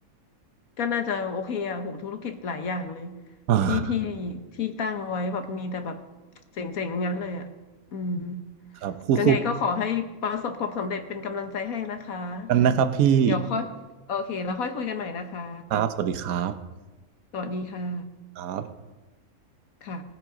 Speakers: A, on the left; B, on the right.
A: ก็น่าจะโอเคอะโหธุรกิจหลายอย่างเลย
B: อ่า
A: ที่ที่ที่ตั้งไว้แบบมีแต่แบบเจ๋งๆงั้นเลยอะอืม
B: ครับคู่
A: ก็ไงก็ขอให้ประสบความสำเร็จเป็นกำลังใจให้นะคะ
B: ๆกันนะครับพี่
A: เดี๋ยวค่อยโอเคแล้วค่อยคุยกันใหม่นะคะ
B: ครับสวัสดีครับ
A: สวัสดีค่ะ
B: ครับ
A: ค่ะ